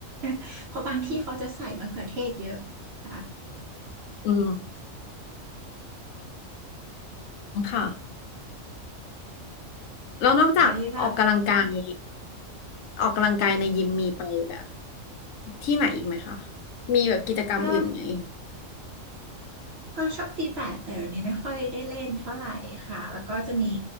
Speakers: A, on the right (about 60°); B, on the left (about 75°).
A: <laughs> เพราะบางที่เขาจะใส่มะเขือเทศเยอะค่ะ
B: อืมค่ะแล้วนอกจากออกกำลังกาย
A: ไว้แบบค่ะ
B: ออกกำลังกายในยิมมีไปแบบ
A: ค่ะ
B: ที่ไหนอีกไหมคะมีแบบกิจกรรมอื่นไหม
A: ก็ก็ชอบตีแบดแต่เดี๋ยวนี้ไม่ค่อยได้เล่นเท่าไหร่ค่ะแล้วก็จะมี